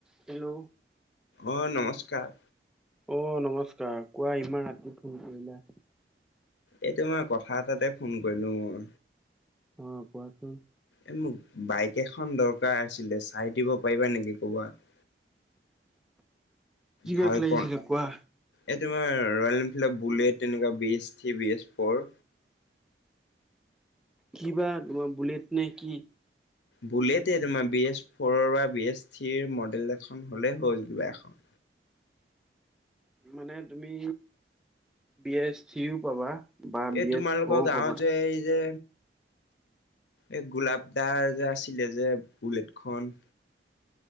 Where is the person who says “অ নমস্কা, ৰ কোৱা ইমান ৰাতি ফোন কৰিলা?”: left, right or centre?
Centre